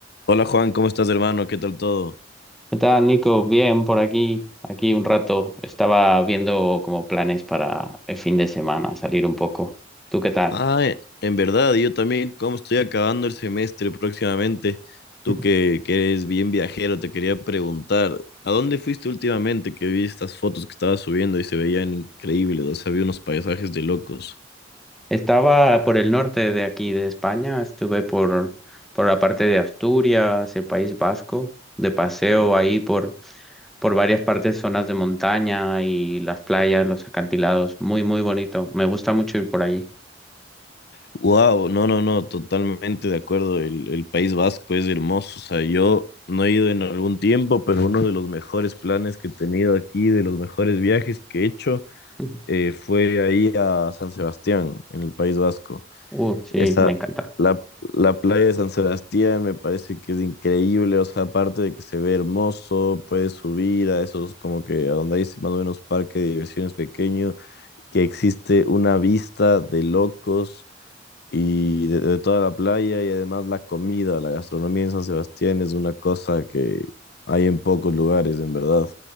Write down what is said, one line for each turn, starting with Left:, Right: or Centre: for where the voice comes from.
Left: Hola Juan, ¿cómo estás hermano? ¿Qué tal todo?
Centre: ¿Qué tal, Nico? Bien, por aquí. Aquí un rato estaba viendo como planes para el fin de semana, salir un poco. ¿Tú qué tal?
Left: Ah, e- en verdad, yo también, ¿cómo estoy acabando el semestre próximamente? Tú
Centre: <laughs>
Left: que, que eres bien viajero, te quería preguntar, ¿a dónde fuiste últimamente que vi estas fotos que estabas subiendo y se veían increíbles? O sea, había unos paisajes de locos.
Centre: Estaba por el norte de aquí, de España. Estuve por, por la parte de Asturias, el País Vasco, de paseo ahí por, por varias partes, zonas de montaña y las playas, los acantilados. Muy, muy bonito. Me gusta mucho ir por allí.
Left: Wow, no, no, no, totalmente de acuerdo. El, el País Vasco es hermoso. O sea, yo no he ido en algún tiempo, pero uno de los mejores planes que he tenido aquí, de los mejores viajes que he hecho.
Centre: <laughs>
Left: eh, fue ahí a San Sebastián, en el País Vasco.
Centre: Uh, sí,
Left: Esa,
Centre: me encanta.
Left: la, la playa de San Sebastián me parece que es increíble, o sea, aparte de que se ve hermoso, puedes subir a esos, como que a donde hay ese más o menos parque de diversiones pequeño, que existe una vista de locos y de, de toda la playa y además la comida, la gastronomía en San Sebastián es una cosa que hay en pocos lugares, en verdad.